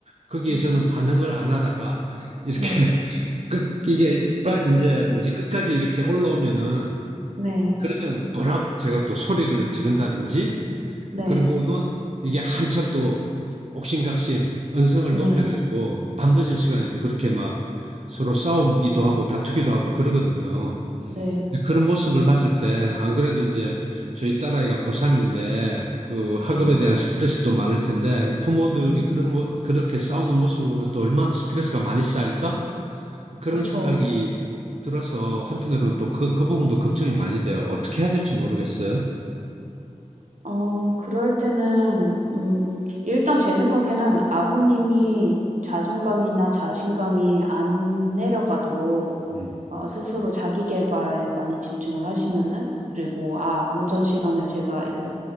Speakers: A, on the right; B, on the right.
A: 거기에
B: 네.
A: 저는 반응을 안 하다가 이렇게
B: 네.
A: <laughs> 끝 이게 빠- 이제 뭐지 끝까지 이렇게 올라오면은
B: 네.
A: 그러면 버럭 제가 또 소리를 지른다든지
B: 네.
A: 그러고는 이게 한참 또 옥신각신 언성을
B: 네.
A: 높여가지고 밤늦은 시간에도 그렇게 막 서로 싸우기도 하고 다투기도 하고 그러거든요.
B: 네.
A: 그런 모습을 봤을 때, 안 그래도 이제 저희 딸아이가 고3인데, 그
B: 네.
A: 학업에 대한 스트레스도 많을 텐데, 부모들이
B: 음.
A: 그런, 모- 그렇게 싸우는 모습을 보면 또 얼마나 스트레스가 많이 쌓일까? 그런
B: 그쵸.
A: 생각이 들어서 한편으로는 또 그, 그 부분도 걱정이 많이 돼요. 어떻게 해야 될지 모르겠어요.
B: 어 그럴 때는 음 일단 제 생각에는 아버님이 자존감이나 자신감이 안 내려가도록
A: 음,
B: 어 스스로 자기 계발에 많이 집중을 하시면은 그리고 아 오전 시간을 제가 그러니까